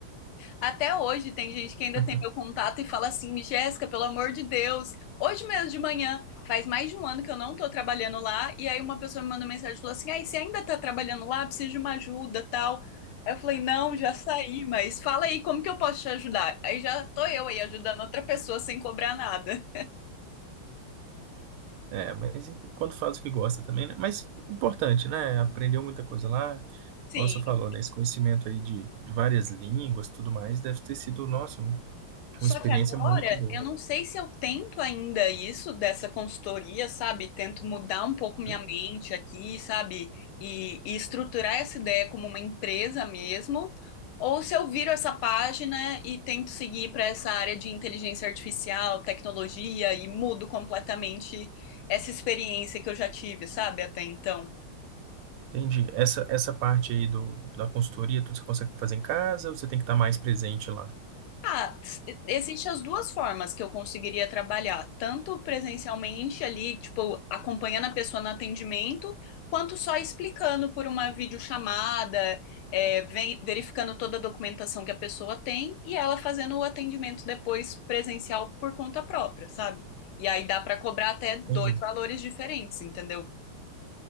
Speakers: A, on the left; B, on the right.
A: Até hoje tem gente que ainda
B: <laughs>
A: tem meu contato e fala assim: Jéssica, pelo amor de Deus, hoje mesmo de manhã, faz mais de um ano que eu não tô trabalhando lá. E aí uma pessoa me mandou mensagem e falou assim: Ai, você ainda tá trabalhando lá? Preciso de uma ajuda, tal. Aí eu falei: Não, já saí, mas fala aí, como que eu posso te ajudar? Aí já tô eu aí ajudando outra pessoa sem cobrar nada.
B: É, mas quando faz o que gosta também, né? Mas importante, né? Aprendeu muita coisa lá.
A: Sim.
B: Como você falou, né? Esse conhecimento aí de várias línguas, tudo mais, deve ter sido, nosso.
A: Só
B: Uma experiência
A: que agora,
B: muito boa.
A: eu não sei se eu tento ainda isso dessa consultoria, sabe? Tento mudar um pouco minha
B: Hum,
A: mente aqui, sabe? E, e estruturar essa ideia como uma empresa mesmo, ou se eu viro essa página e tento seguir para essa área de inteligência artificial, tecnologia e mudo completamente essa experiência que eu já tive, sabe? Até então.
B: Entendi. Essa, essa parte aí do, da consultoria, tudo você consegue fazer em casa ou você tem que estar mais presente lá?
A: Ah, existem as duas formas que eu conseguiria trabalhar, tanto presencialmente ali, tipo, acompanhando a pessoa no atendimento, quanto só explicando por uma videochamada, é, ve- verificando toda a documentação que a pessoa tem e ela fazendo o atendimento depois presencial por conta própria, sabe? E aí dá pra cobrar até dois
B: Entendi.
A: valores diferentes, entendeu?